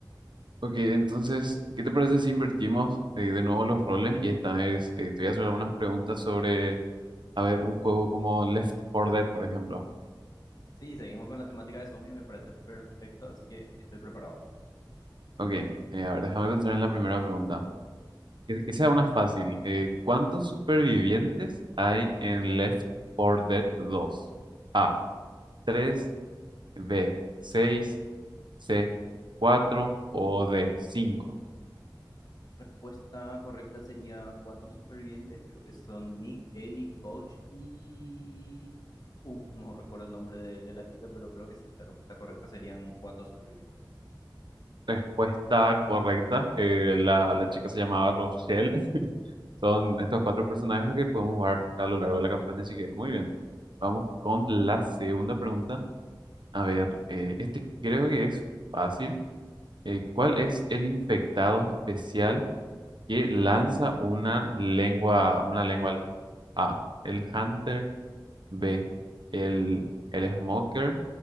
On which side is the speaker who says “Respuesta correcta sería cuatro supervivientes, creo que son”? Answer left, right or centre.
Left